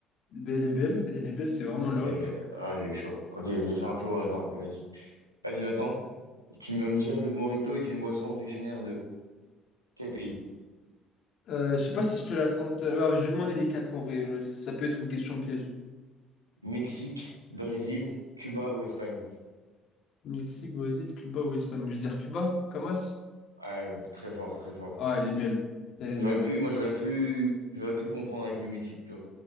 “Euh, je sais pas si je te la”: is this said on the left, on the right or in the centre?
Left